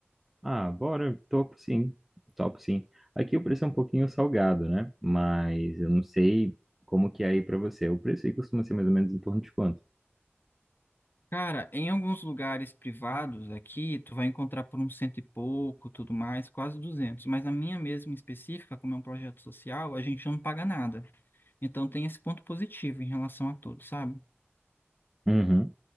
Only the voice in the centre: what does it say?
Ah, bora, topo sim, topo sim. Aqui o preço é um pouquinho salgado, né? Mas eu não sei como que é aí pra você. O preço aí costuma ser mais ou menos em torno de quanto?
Uhum.